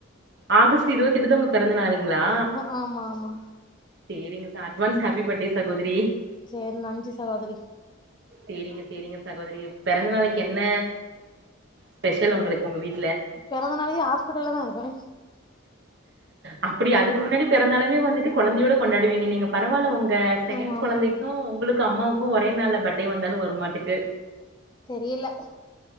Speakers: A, on the right; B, on the left.
A: ஆகஸ்ட் இருவத்தி எட்டு தா உங்க பொறந்த நாளுங்களா
B: ஆ, ஆமா ஆமா
A: சேரிங்க அட்வான்ஸ் ஹேப்பி பட்டே சகோதிரி
B: செரி நன்றி சகோதிரி
A: செரிங்க செரிங்க சகோதிரி பிறந்த நாளைக்கு என்ன ஸ்பெஷல் உங்களுக்கு உங்க வீட்
B: பெறந்த நாள்லயெ ஹாஸ்பிட்டல்ல தா இருப்பே
A: அப்புடி அதுக்கு முன்னாடி பெறந்த நாளவே வந்துட்டு கொழந்தையோட கொண்டாடுவீங்க நீங்க பரவால்ல ஒங் க செகன்ட்
B: ஆமா ஆமா
A: கொழந்தைக்கு உங்களுக் கு அம்மாவுக்கு ஒரே நாள பர்த்டே வந்தாலு வருமாட்டுக்கு
B: தெரியல